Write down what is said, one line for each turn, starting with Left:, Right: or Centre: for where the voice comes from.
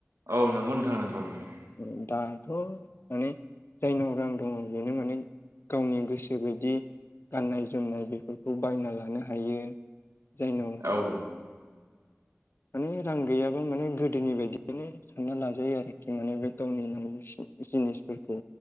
Right: औ नंगौ नोंथां नंगौ नंगौ।
Left: उम दाथ माने <unintelligible> दङ बेनो माने गावनि गोसो बायदि गाननाय जोमनाय बेफोरखौ बायना लानो हायो। जायनाव
Right: औ!
Left: माने रां गैयाब्ला माने गोदोनि बायदियनो साना लाजायो आरोखि माने बे गावनि नांगौ जिनिसफोरखौ